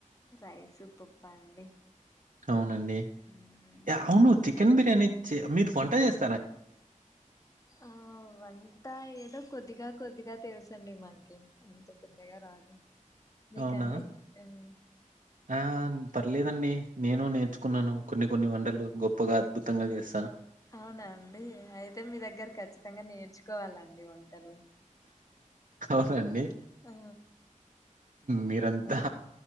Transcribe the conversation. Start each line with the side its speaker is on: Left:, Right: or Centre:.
Left: రైసు పప్పా అండి
Right: అవునండి
Left: ఉమ్
Right: అవును చికెన్ బిర్యానీ మీరు వంట చేస్త
Left: ఆ వన్ టా ఏదో కొద్దిగా కొద్దిగా తెలుసండి మనకి అంత పెద్దగా రాదు మీకండి
Right: అవునా
Left: ఉమ్
Right: ఆ పర్లేదండి నేను నేర్చుకున్నాను కొన్ని కొన్ని వంటలు గొప్పగా అద్భుతంగా చేస్తాను
Left: అవునండి అయితే మీ దగ్గర ఖచ్చితంగా నేర్చుకోవాలండి వంటలు
Right: అవునండి
Left: ఆ
Right: మీరంతా